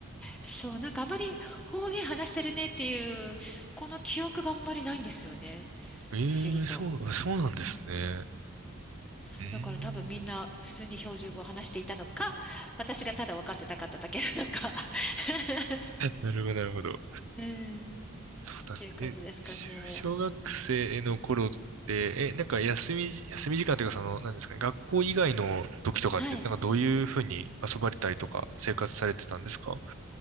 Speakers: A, in the centre; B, on the right.
A: そう、なんかあまり方言話してるねっていう、この記憶があんまりないんですよね。
B: ええそう、
A: 不思議と。
B: そうなんですね。
A: うんそう、
B: うー
A: だから多分みんな普通に標準語を話していたのか、
B: ん。
A: 私がただ分かってなかっただけなのか。<laughs>
B: なるほど、なるほど。
A: うん、っ
B: そうだっす。
A: ていう感じですかね。
B: え、し小学生の頃って、え、なんか休みじ、休み時間というかその、なんですかね、学校以外の時とかって、
A: はい。
B: なんかどういうふうに遊ばれたりとか生活されてたんですか